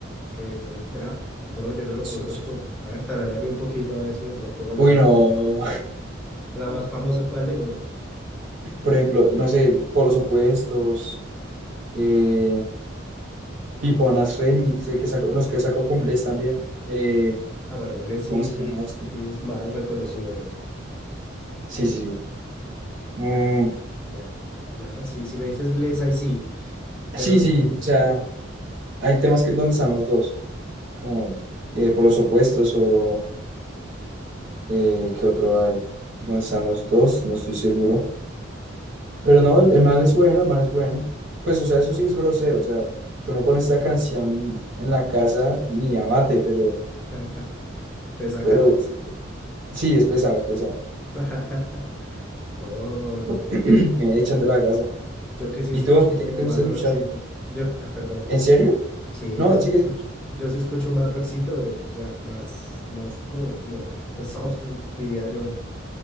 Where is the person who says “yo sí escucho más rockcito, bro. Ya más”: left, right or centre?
Centre